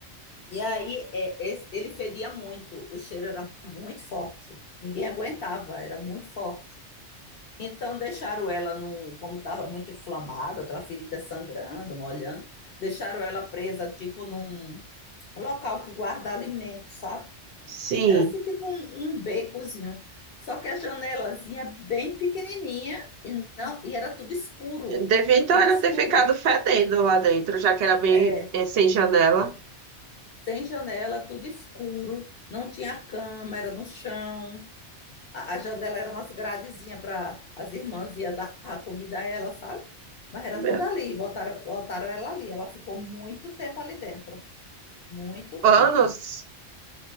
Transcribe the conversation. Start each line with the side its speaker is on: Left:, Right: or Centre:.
Left: E aí é, esse- ele fedia muito, o cheiro era muito forte. Ninguém aguentava, era muito forte. Então deixaram ela num, como estava muito inflamado, aquela ferida sangrando, molhando, deixaram ela presa tipo num local que guarda alimento, sabe?
Right: Sim.
Left: Era assim tipo um, um becozinho. Só que a janelazinha é bem pequenininha e não, e era tudo escuro,
Right: Devia então
Left: tudo
Right: ela
Left: escuro.
Right: ter ficado fedendo lá dentro, já que era bem
Left: É,
Right: eh, sem janela.
Left: sem janela, tudo escuro, não tinha cama, era no chão. A, a janela era umas gradezinhas para as irmãs iam dar a comida a ela, sabe? Mas era
Right: Meu,
Left: tudo ali, botaram, botaram ela ali. Ela ficou muito tempo ali dentro. Muito tempo.
Right: Anos